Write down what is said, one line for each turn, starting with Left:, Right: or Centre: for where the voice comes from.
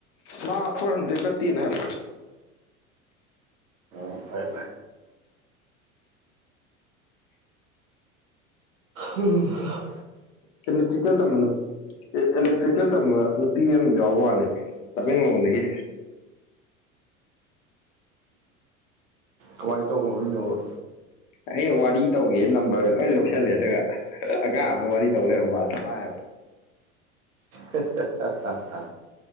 Left: ꯃꯥ ꯐꯣꯔ ꯍꯟꯗ꯭ꯔꯦꯗ ꯀꯠꯇꯦꯅ ꯍꯥꯏꯕ꯭ꯔꯣ
Right: ꯑ ꯐꯥꯏ ꯎꯝ
Left: ꯀꯣ ꯇꯤꯀꯦꯜ ꯇ ꯃꯅ ꯑꯦꯂꯦꯛꯇ꯭ꯔꯤꯀꯦꯜ ꯇꯝꯕ ꯅꯨꯄꯤ ꯑꯃ ꯌꯥꯎꯕ ꯋꯥꯅꯤ ꯇꯃꯦꯡꯂꯣꯡꯗꯒꯤ
Right: ꯎ ꯉꯥꯏ ꯇ ꯀ ꯌꯧ
Left: ꯑꯩꯅ ꯋꯥꯔꯤ ꯇꯧꯒꯦ ꯅꯝꯕꯔꯒ ꯂꯣꯏ ꯂꯧꯁꯜꯂꯦ ꯑꯗꯨꯒ ꯑꯉꯥꯡ ꯑꯃꯒ ꯋꯥꯔꯤ ꯗꯧ ꯂꯩꯔꯝꯕꯩ ꯋꯥꯅꯦ
Right: ꯍꯦ ꯍꯦ ꯍꯥ ꯍꯥ